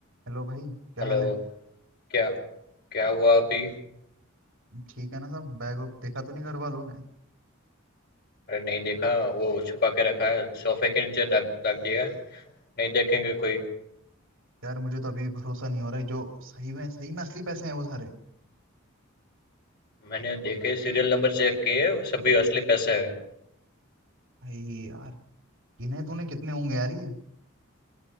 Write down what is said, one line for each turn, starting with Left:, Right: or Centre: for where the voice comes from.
Right: Hello भाई क्या
Left: Hello
Right: हाल है
Left: क्या क्या हुआ अभी
Right: ठीक है ना सब बैग वैग देखा तो नहीं घर वालों ने
Left: अरे नहीं देखा वो छुपा के रखा है सोफे के नीचे रख रख दिया है नहीं देखेंगे कोई
Right: यार मुझे तो अभी भी भरोसा नहीं हो रहा है जो सही में सही में असली पैसे हैं वो सारे
Left: मैंने देखे सीरियल नंबर चेक किए सभी असली पैसे हैं
Right: भाई यार गिने तूने कितने होंगे यार ये